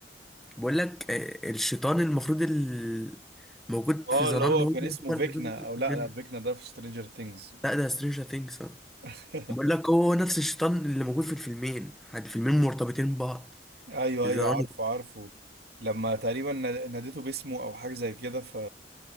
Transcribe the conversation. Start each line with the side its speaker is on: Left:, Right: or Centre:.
Centre: بقول لك آه، الشيطان المفروض ال- موجود
Right: اه
Centre: في زنان
Right: اللي هو
Centre: هو
Right: كان اسمه
Centre: هو اللي
Right: فيكنا
Centre: موجود في كونجيرنينج
Right: او لا لا فيكنا ده في سترينجر ثينجز
Centre: لا ده سترينجر ثينجز
Right: <laughs>
Centre: بقول لك هو نفس الشيطان اللي موجود في الفيلمين الفيلمين مرتبطين ببعض
Right: ايوه
Centre: زنان
Right: ايوه عارفه عارفه لما تقريبا نا- ناديته باسمه او حاجه زي كده ف